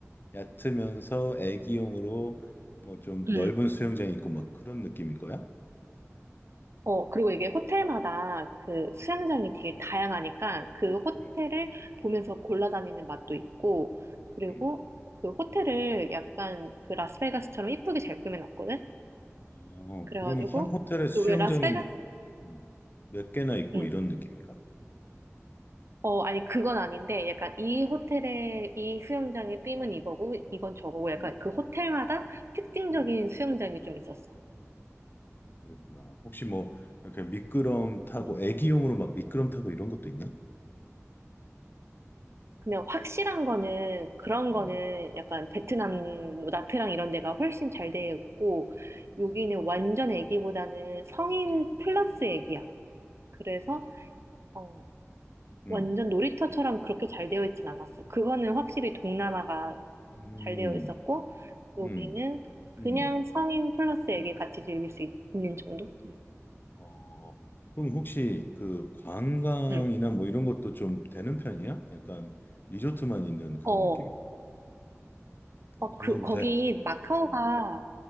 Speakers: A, on the left (about 40°); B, on the right (about 60°).
A: 얕으면서 애기용으로 뭐 좀
B: 음.
A: 넓은 수영장이 있고 막 그런 느낌인 거야?
B: 어, 그리고 이게 호텔마다 그
A: 음,
B: 수영장이 되게 다양하니까 그 호텔을
A: 음,
B: 보면서 골라다니는 맛도 있고, 그리고
A: 음.
B: 그 호텔을 약간 그 라스베가스처럼 이쁘게 잘 꾸며놨거든?
A: 어,
B: 그래가지고,
A: 그러면 한 호텔에 수영장이
B: 그 왜 라스베가스,
A: 뭐, 음, 몇 개나 있고
B: 음.
A: 이런 느낌인가?
B: 어, 아니, 그건 아닌데, 약간 이 호텔의, 이 수영장의 빔은 이거고, 이건 저거고, 약간
A: 음,
B: 그 호텔마다 특징적인
A: 음.
B: 수영장이 좀 있었어.
A: 그렇구나. 혹시 뭐 이렇게 미끄럼 타고
B: 음.
A: 애기용으로 막 미끄럼 타고 이런 것도 있나?
B: 그냥 확실한 거는 그런
A: 음,
B: 거는 약간 베트남 뭐 나트랑 이런 데가 훨씬 잘 되어 있고 여기는 완전 애기보다는 성인
A: 음,
B: 플러스 애기야. 그래서 어,
A: 음,
B: 완전 놀이터처럼 그렇게 잘 되어 있진 않았어. 그거는 확실히 동남아가
A: 음,
B: 잘 되어 있었고 여기는
A: 음,
B: 그냥
A: 음.
B: 성인 플러스 애기 같이 즐길 수 있- 있는 정도? 음.
A: 어, 그럼 혹시 그 관광이나
B: 음.
A: 뭐 이런 것도 좀 되는 편이야? 약간 리조트만 있는 그런
B: 어,
A: 느낌. 어,
B: 어,
A: 관광
B: 그, 거기
A: 도 돼? 응,
B: 마카오가
A: 응,